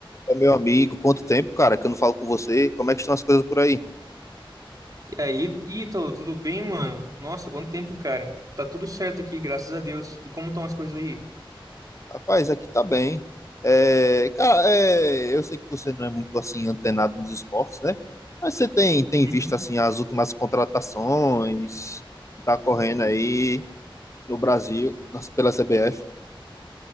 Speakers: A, on the left; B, on the right.
A: Ô, Meu amigo, quanto tempo, cara, que eu não falo com você? Como é que estão as coisas por aí?
B: E aí, Ítalo, tudo bem, mano? Nossa, quanto tempo, cara. Tá tudo certo aqui, graças a Deus. E como estão as coisas aí?
A: Rapaz, aqui tá bem. É, cara, é, eu sei que você não é muito assim antenado nos esportes, né? Mas você tem, tem
B: Uhum.
A: visto assim as últimas contratações que tá correndo aí no Brasil, nas- pela CBF?